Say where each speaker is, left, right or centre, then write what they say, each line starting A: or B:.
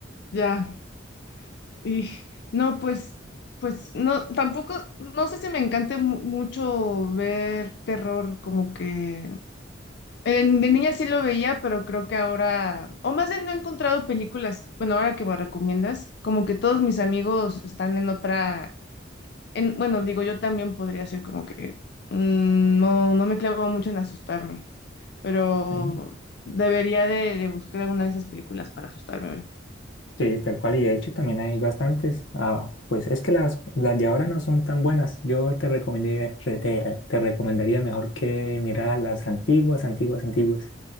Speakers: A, on the left (about 60°); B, on the left (about 85°).
A: ya. Y no, pues, pues no, tampoco, no sé si me encante mu- mucho ver terror, como que en- de niña sí lo veía, pero creo que ahora, o más bien no he encontrado películas, bueno, ahora que me recomiendas, como que todos mis amigos están en otra, en, bueno, digo, yo también podría ser como que mm, no, no me clavo mucho en asustarme, pero
B: Sí,
A: debería de, de buscar alguna de esas películas para asustarme hoy.
B: Sí, tal cual, y de hecho también hay bastantes. Ah, pues es que las, las de ahora no son tan buenas. Yo te recomendaría, re- te, te recomendaría mejor que mirar las antiguas, antiguas, antiguas.